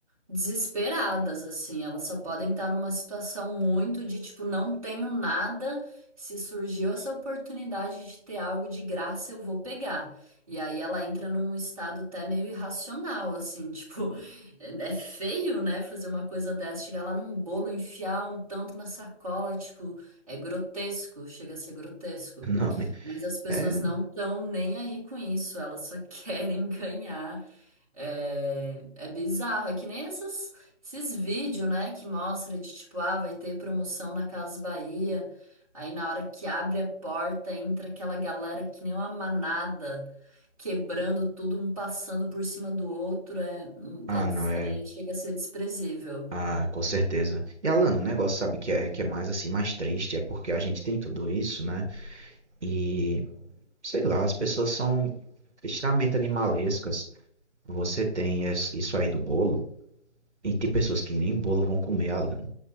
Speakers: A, on the right; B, on the right.
A: desesperadas, assim. Elas só podem estar numa situação muito de tipo, não tenho nada. Se surgiu essa oportunidade de ter algo de graça, eu vou pegar. E aí ela entra num estado até meio irracional, assim, <laughs> tipo, é é feio, né? Fazer uma coisa dessa, chegar lá num bolo, enfiar um tanto na sacola, tipo, é grotesco, chega a ser grotesco.
B: <laughs> Não, minha,
A: Mas as pessoas
B: É.
A: não estão nem aí com isso, elas só <laughs> querem ganhar. É, é bizarro, é que nem essas, esses vídeos, né, que mostra de tipo, ah, vai ter promoção na Casa Bahia. Aí na hora que abre a porta, entra aquela galera que nem uma manada, quebrando tudo, um passando por cima do outro, é, hum,
B: Ah,
A: é des-
B: não, é.
A: é- chega a ser desprezível.
B: Ah, com certeza. E Alan, o negócio sabe que é que é mais assim, mais triste, é porque a gente tem tudo isso, né? E sei lá, as pessoas são extremamente animalescas. Você tem es- isso aí do bolo, e tem pessoas que nem bolo vão comer, Alan.